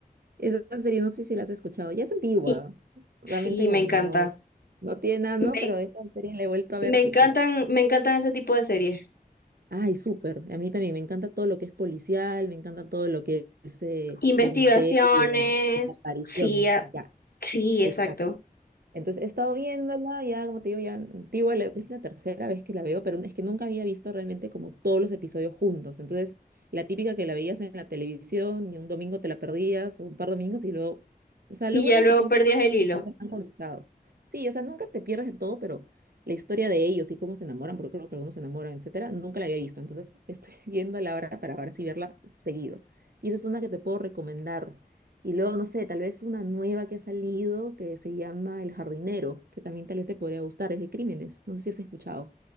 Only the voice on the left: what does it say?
Y
sí,
me encanta.
Me,
me encantan,
me encantan ese tipo de series.
Investigaciones.
Sí, a-
sí,
exacto.
Y
ya luego
perdías
el hilo.